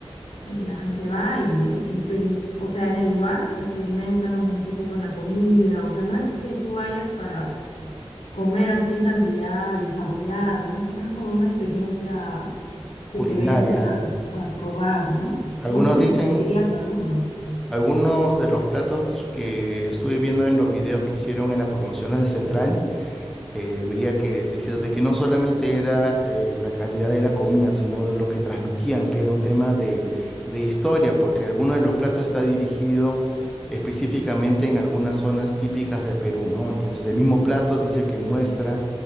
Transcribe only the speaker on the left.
eh, la gente va y, y experim- o sea, en el lugar experimentan un tipo con la comida, o sea, no es que tú vayas para comer así en cantidad y saborear, ¿no? Es más como una experiencia que
te venden a, a probar, ¿no?
No sé si
tú dirías alguno.